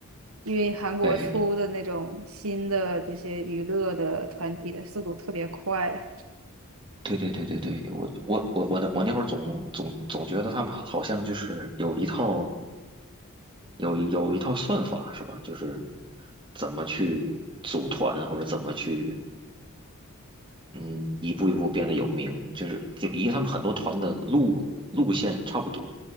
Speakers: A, on the right; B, on the right.
A: 因为韩国出的那种新的这些娱乐的团体的速度特别快啊。
B: 对。对对对对对，我我我我那我那会儿总总总觉得他们好像就是有一套有有一套算法是吧？就是怎么去组团或者怎么去嗯一步一步变得有名，就是就因为他们很多团的路路线差不多，